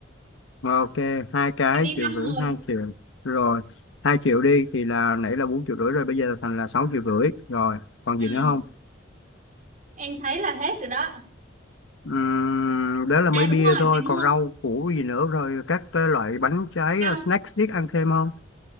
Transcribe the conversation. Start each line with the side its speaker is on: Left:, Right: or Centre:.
Left: ok hai cái
Right: em đi
Left: triệu
Right: năm
Left: rưỡi
Right: người
Left: hai triệu rồi hai triệu đi thì là nãy là bốn triệu rưỡi rồi bây giờ thành là sáu triệu rưỡi rồi còn gì
Right: ừ
Left: nữa không
Right: em thấy là hết rồi đó
Left: Ừm, đó là mới
Right: à
Left: bia
Right: đúng rồi
Left: thôi
Right: phải mua
Left: còn rau củ gì nữa rồi các cái loại bánh trái
Right: không
Left: snack snack ăn thêm không